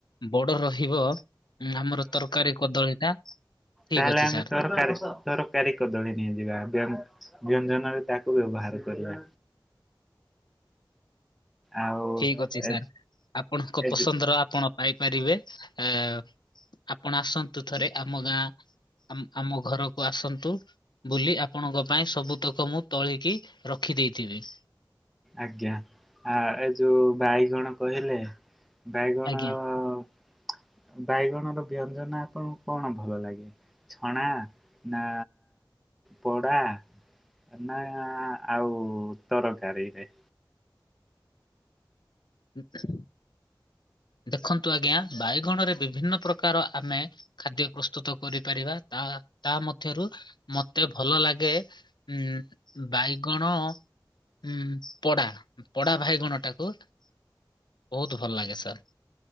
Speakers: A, on the left; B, in the centre.
A: ବଡ଼ ରହିବ ଉ-ଆମର ତରକାରୀ କଦଳୀ ଟା। ଠିକ
B: ତାହେଲେ
A: ଅଛି
B: ଆମେ
A: ସାର୍
B: ତରକାରୀ। ତରକାରୀ କଦଳୀ ନେଇଯିବା ବ୍ୟ-ବ୍ୟଞ୍ଜନରେ ତାକୁ ବ୍ୟବହାର କରିବା। ଆଉ
A: ଠିକ ଅଛି ସାର୍
B: ଏ
A: ଆପଣଙ୍କ
B: ଏ
A: ପସନ୍ଦର
B: ଯୋଉ
A: ଆପଣ। ପାଇପାରିବେ ଆ ଆପଣ ଆସନ୍ତୁ ଥରେ ଆମ ଗାଁ। ଆମ୍-ଆମ ଘରକୁ ଆସନ୍ତୁ। ବୁଲି ଆପଣଙ୍କ ପାଇଁ ସବୁତକ ମୁଁ ତୋଳିକି ରଖିଦେଇଥିବି।
B: ଆଜ୍ଞା ଆ-ଏ ଯୋଉ ବାଇଗଣ କହିଲେ। ବାଇଗଣ
A: ଆଜ୍ଞା
B: ଆଉ ବାଇଗଣର ବ୍ୟଞ୍ଜନ ଆପଣଙ୍କୁ କଣ ଭଲ ଲାଗେ। ଛଣା ନା ପଡ଼ା। ନା ଆଉ ତରକାରୀ ରେ।
A: ହୁଁ। ଦେଖନ୍ତୁ ଆଜ୍ଞା ବାଇଗଣରେ ବିଭିନ୍ନ ପ୍ର- କାର ଆମେ ଖାଦ୍ୟ ପ୍ରସ୍ତୁତ କରିପାରିବା ତା-ତା ମଧ୍ୟରୁ। ମତେ ଭଲ ଲାଗେ ଉ-ବାଇଗଣ। ହୁଁ ପଡ଼ା ପଡ଼ା ଭାଇଗଣ ଟାକୁ ବହୁତ ଭଲ ଲାଗେ ସାର୍।